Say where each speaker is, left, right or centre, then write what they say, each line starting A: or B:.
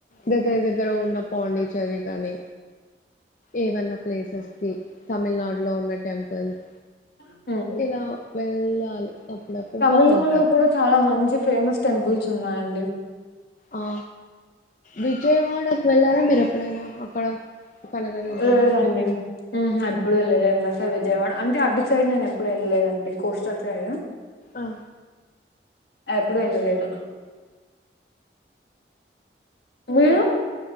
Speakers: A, on the left; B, on the left.
A: దగ్గర దగ్గర ఉన్న పాండిచేరి కాని ఏవన్నా ప్లేసెస్కి తమిళనాడు లో ఉన్న టెంపుల్స్,
B: <unintelligible>
A: ఇలా వెళ్ళాలి అప్పుడప్పుడు
B: తమిళనాడులో
A: బాగుంటాది.
B: కూడా చాలా మంచి ఫేమస్ టెంపుల్స్ ఉన్నాయండి,
A: ఆ విజయవాడకి వెళ్ళారా మీరు ఎప్పుడైనా అక్కడ కనకదుర్గమ్మ
B: లేదండి
A: టెంపుల్
B: ఎప్పుడు వెళ్ళలేదు విజయవాడ అంటే అటు సైడ్ నేను ఎప్పుడు వెళ్ళలేదండి కోస్టల్ సైడ్
A: ఆ
B: ఎప్పుడు వెళ్ళలేదు, మీరు
A: ఆ.